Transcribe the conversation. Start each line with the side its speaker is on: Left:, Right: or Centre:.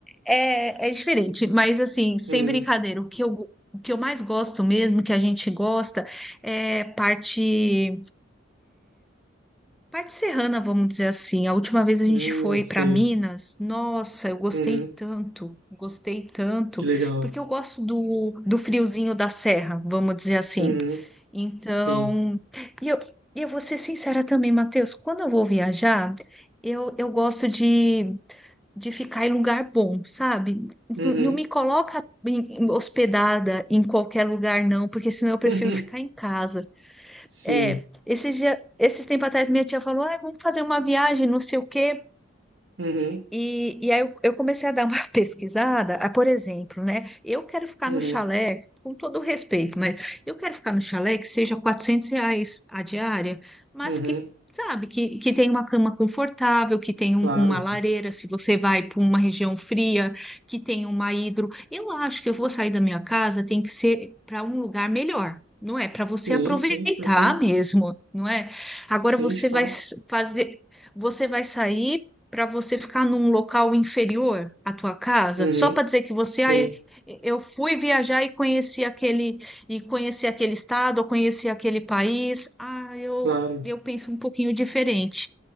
Centre: é, é diferente, mas assim, sem
Right: uhum,
Centre: brincadeira, o que eu, o que eu mais gosto mesmo, que a gente gosta, é parte. Parte serrana, vamos dizer assim. A última vez a
Right: uhum,
Centre: gente foi
Right: sei,
Centre: para Minas. Nossa, eu gostei
Right: uhum,
Centre: tanto, gostei tanto,
Right: que legal,
Centre: porque eu gosto do, do friozinho da serra, vamos dizer assim.
Right: uhum,
Centre: Então,
Right: sim,
Centre: e eu, e eu vou ser sincera também, Matheus, quando eu vou viajar, eu, eu gosto de, de ficar em lugar bom, sabe? Não,
Right: uhum,
Centre: não me coloca em- em- hospedada em qualquer lugar, não, porque senão eu prefiro
Right: <laughs>
Centre: ficar em casa.
Right: sim,
Centre: É, esses dias, esses tempos atrás minha tia falou, ah, vamos fazer uma viagem, não sei o quê.
Right: uhum,
Centre: E, e aí eu, eu comecei a dar uma <laughs> pesquisada, ah, por exemplo, né? Eu quero ficar
Right: uhum,
Centre: no chalé, com todo o respeito, mas eu quero ficar no chalé que seja 400 reais a diária, mas
Right: uhum,
Centre: que, sabe, que, que tem uma cama confortável, que tem
Right: claro,
Centre: um- uma lareira, se você vai para uma região fria, que tem uma hidro. Eu acho que eu vou sair da minha casa, tem que ser para um lugar melhor. Não é para você
Right: sim,
Centre: aproveitar
Right: sim, perfeito,
Centre: mesmo, não é? Agora
Right: sim,
Centre: você
Right: de fato,
Centre: vai s- fazer, você vai sair para você ficar num local inferior à tua casa,
Right: uhum,
Centre: só para dizer que você,
Right: sim,
Centre: ah, eu eu fui viajar e conheci aquele e conheci aquele estado, ou conheci aquele país. Ah, eu
Right: claro.
Centre: eu penso um pouquinho diferente.